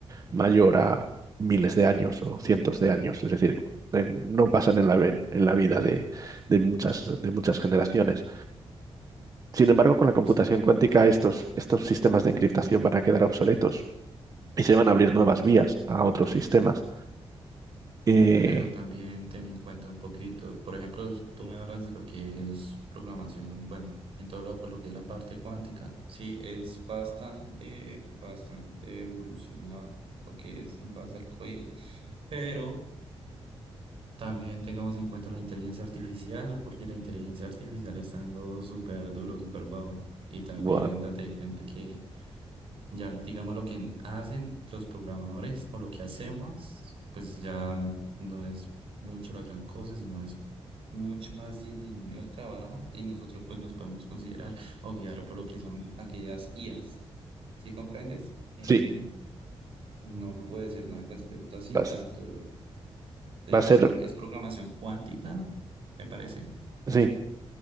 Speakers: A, on the right (about 35°); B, on the right (about 60°).
A: mayor a miles de años o cientos de años. Es decir, en- no pasan en la, en en la vida de, de muchas, de muchas generaciones. Sin embargo, con la computación
B: Sí,
A: cuántica, estos, estos sistemas de encriptación van a quedar obsoletos y se van a abrir nuevas vías a otros sistemas. Eh,
B: Pero también ten en cuenta un poquito, por ejemplo, tú me hablas de lo que es programación, bueno, en todo lo, pues, lo que es la parte cuántica, sí, es bastante, bastante evolucionado lo que es en base al código, pero También tengamos en cuenta la inteligencia artificial, porque la inteligencia artificial está dando súper duro, súper guau. Y también
A: buah,
B: date cuenta que ya, digamos, lo que hacen los programadores o lo que hacemos, pues ya no es mucho la gran cosa, sino es mucho más disminuido el trabajo y nosotros pues nos podemos considerar o guiar por lo que son aquellas IAs. ¿Sí comprendes? Em,
A: sí,
B: no puedo decir nada al respecto así
A: vas-
B: de tanto, eh,
A: va a
B: creo
A: ser...
B: que es programación cuántica, me parece.
A: Sí,